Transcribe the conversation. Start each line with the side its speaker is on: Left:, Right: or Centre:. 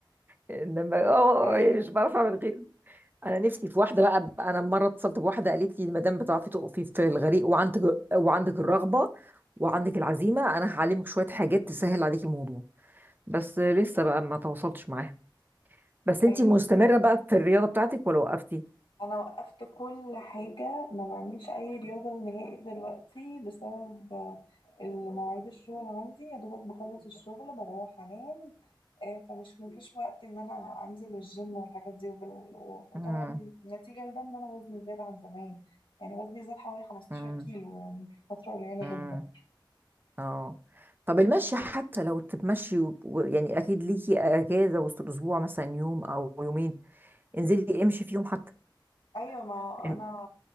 Right: انما اه
Left: ايوه
Right: يعني مش بعرف اعمل غيره انا نفسي في واحده بقى انا مره اتصلت بواحده قالت لي المدام بتعرفي تقفي في الغريق وعندك وعندك الرغبه وعندك العزيمه انا هعلمك شويه حاجات تسهل عليك الموضوع بس لسه بقى ما تواصلتش معاها بس انتي
Left: ايوه
Right: مستمره بقى في الرياضه بتاعتك ولا وقفتي
Left: انا وقفت كل حاجه ما بعملش اي رياضه نهائي دلوقتي بسبب المواعيد الشغل عندي يا دوبك بخلص الشغل بروح انام آه، فمش مفيش وقت ان انا انزل الجيم والحاجات دي وبال... و- وطبعا
Right: امم
Left: نتيجه لده ان انا وزني زاد عن زمان يعني وزني زاد حوالي 15
Right: امم
Left: كيلو يعني في فتره قليله
Right: امم
Left: جدا
Right: اه طب المشي حتى لو تتمشي و... و- يعني اكيد ليكي اجازه وسط الاسبوع مثلا يوم او يومين انزلي امشي فيهم حتى
Left: ايوه ما هو انا
Right: ام-